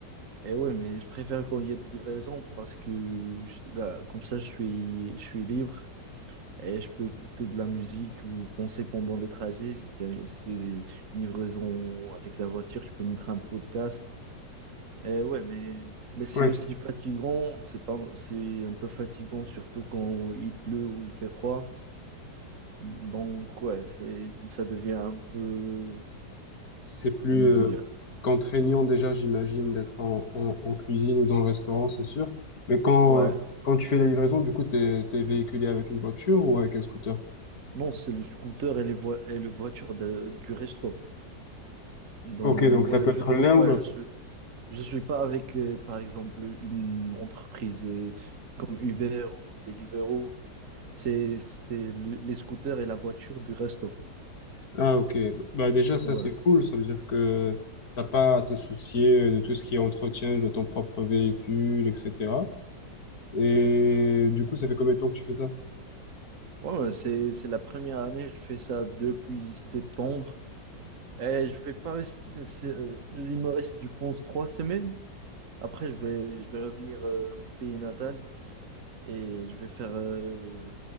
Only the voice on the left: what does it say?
Ouais.
C'est plus
euh,
contraignant déjà, j'imagine, d'être en, en, en cuisine ou dans le restaurant, c'est sûr. Mais quand,
euh, quand tu fais la livraison, du coup, t'es, t'es véhiculé avec une voiture ou avec un scooter?
Ok, donc
ça peut être
l'un ou l'autre.
Ah, ok. Bah déjà, ça,
c'est cool. Ça veut dire que t'as pas à te soucier de tout ce qui est entretien de ton propre véhicule, etc. Et du coup, ça fait combien de temps que tu fais ça?